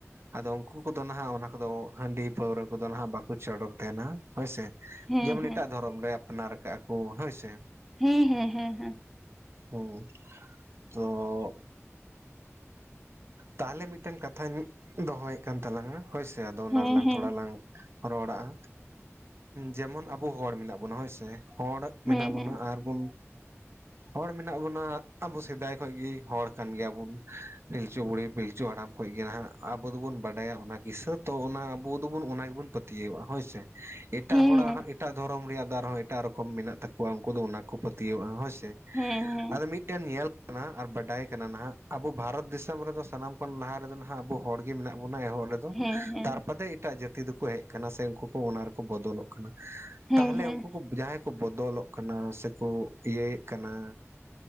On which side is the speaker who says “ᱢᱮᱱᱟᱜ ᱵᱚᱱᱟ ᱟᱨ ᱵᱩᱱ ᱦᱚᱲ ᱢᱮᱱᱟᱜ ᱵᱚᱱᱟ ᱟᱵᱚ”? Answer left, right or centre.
Right